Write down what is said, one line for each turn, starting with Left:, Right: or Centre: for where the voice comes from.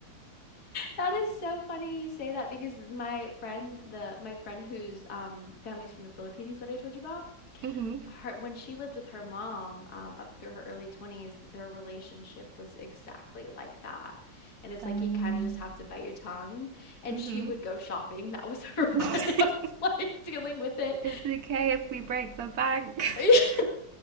Left: That is so funny you say that because my friend, the my friend whose um family's from the Philippines that I told you about,
Right: <laughs> mm-hmm.
Left: her when she lived with her mom um, up through her early 20s, their relationship was exactly like that. And it's
Right: Um,
Left: like you kind of just have to bite your tongue. And
Right: mm-hmm.
Left: she would go shopping. <laughs> That was her
Right: <laughs>
Left: <laughs> way of like dealing with it.
Right: it's okay if we break the bank.
Left: <laughs>
Right: <laughs>